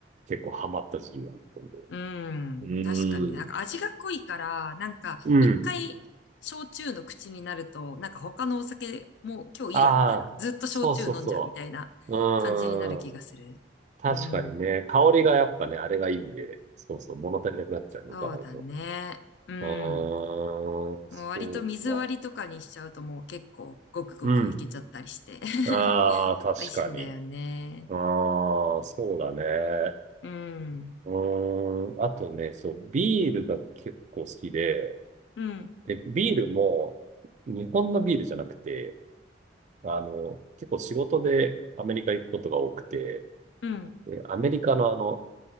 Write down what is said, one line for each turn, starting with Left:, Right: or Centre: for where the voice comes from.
Right: 結構ハマった時期があったんで。
Left: うん。
Right: うーん。
Left: 確かになんか味が濃いから、なんか一回焼酎の口になると、
Right: うん。
Left: なんか他のお酒もう今日いいや、
Right: ああ、
Left: みたいな。ずっと焼酎飲んじゃうみたいな感じになる気がする。
Right: そうそうそう。うーん。確かにね、
Left: うん。
Right: 香りがやっぱね、あれがいいんで、そうそう、物足りなくなっちゃうのかなと。
Left: そうだね。うん。
Right: うーん、
Left: もう割と水割りとかにしちゃうともう結構ごくごくいけちゃったりして。
Right: そうか。うん。
Left: <laughs>
Right: ああ、確かに。
Left: 美味しいんだよね。
Right: ああ、そうだね。
Left: うん。
Right: うーん。あとね、そう、ビールが結構好きで、
Left: うん。
Right: で、ビールも、日本のビールじゃなくて、あの、結構仕事でアメリカ行くことが多くて、
Left: うん。
Right: で、アメリカのあの、